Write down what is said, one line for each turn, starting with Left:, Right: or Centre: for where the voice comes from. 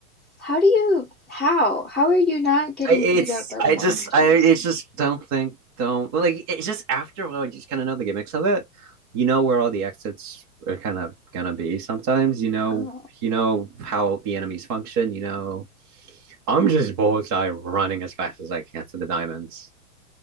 Centre: How do you, how? How are you not getting
Right: I it's
Centre: beat up by the
Right: I
Centre: monsters?
Right: just I it's just don't think don't like it's just after a while you just kind of know the gimmicks of it. You know where all the exits are kind of gonna be sometimes. You know
Centre: Oh,
Right: you know how the enemies function. You know I'm just bullseye running as fast as I can to the diamonds.